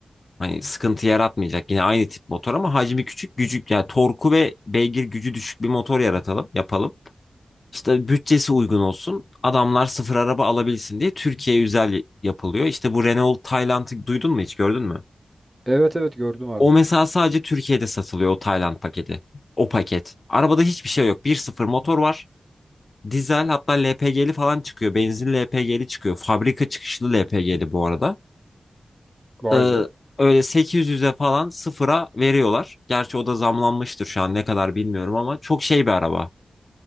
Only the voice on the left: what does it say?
Hani sıkıntı yaratmayacak. Yine aynı tip motor ama hacmi küçük, gücük yani torku ve beygir gücü düşük bir motor yaratalım, yapalım. İşte bütçesi uygun olsun. Adamlar sıfır araba alabilsin diye Türkiye özel yapılıyor. İşte bu Renault Tayland'ı duydun mu hiç gördün mü?
O mesela sadece Türkiye'de satılıyor o Tayland paketi. O paket. Arabada hiçbir şey yok. bir sıfır motor var. Dizel hatta LPG'li falan çıkıyor. Benzinli LPG'li çıkıyor. Fabrika çıkışlı LPG'li bu arada.
Ee,
öyle 800'e falan sıfıra veriyorlar. Gerçi o da zamlanmıştır şu an ne kadar bilmiyorum ama çok şey bir araba.